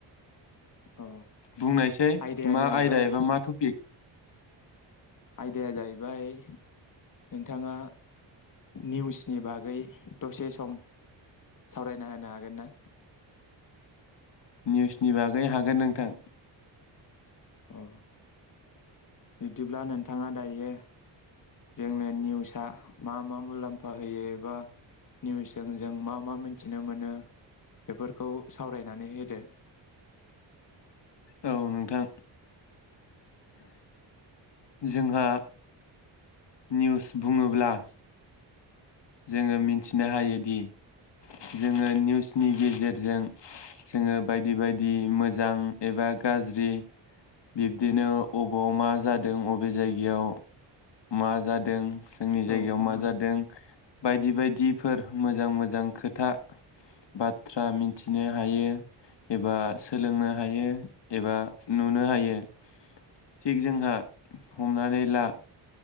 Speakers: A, on the left (about 45°); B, on the left (about 60°).
A: अ
B: बुंनायसै
A: आयदाया
B: मा
A: जाहैबाय
B: आयदा एबा मा टपिक
A: आयदाया जाहैबाय नोंथाङा निउसनि बागै दसे सम सावरायना होनो हागोन ना?
B: निउसनि बागै हागोन नोंथां
A: अ बिदिब्ला नोंथाङा दायो जोंनो निउसआ मा मा मुलाम्फा होयो एबा निउसजों जों मा मा मिथिनो मोनो बेफोरखौ सावरायनानै होदो
B: औ नोंथां जोंहा निउस बुङोब्ला जोङो मि थिनो हायोदि जोङो निउसनि गेजेरजों जोङो बायदि बायदि मोजां एबा गाज्रि बिब्दिनो अबाव मा जादों अबे जायगायाव मा जादों जोंनि जायगायाव
A: औ नोंथां
B: मा जादों बायदि बायदिफोर मोजां मोजां खोथा बाथ्रा मिथिनो हायो एबा सोलोंनो हायो एबा नुनो हायो थिग जोंहा हमनानै ला